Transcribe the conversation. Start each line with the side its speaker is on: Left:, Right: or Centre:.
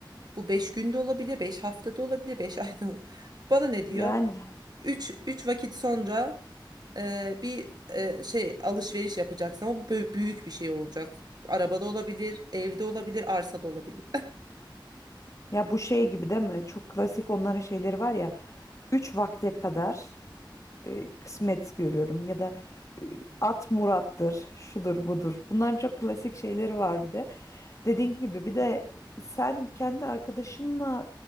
Right: Bu 5 günde olabilir, 5 haftada olabilir, 5 <laughs> ayda. olabilir. Bana ne diyor?
Left: Yani
Right: Üç üç vakit sonra ee, bir e, şey alışveriş yapacaksın ama bu bö- büyük bir şey olacak. Arabada olabilir, evde olabilir, arsada olabilir. <laughs>
Left: ya bu şey gibi değil mi? Çok klasik onların şeyleri var ya. Üç vakte kadar. e, kısmet görüyorum ya da e, at murattır, şudur budur. Bunların çok klasik şeyleri var bir de. Dediğin gibi bir de sen kendi arkadaşınla